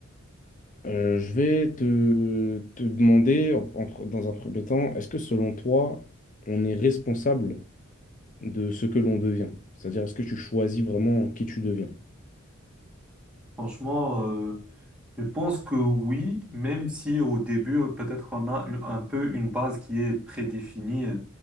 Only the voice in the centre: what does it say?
Franchement, euh, je pense que oui, même si au début, euh, peut-être on a une- un peu une base qui est prédéfinie euh,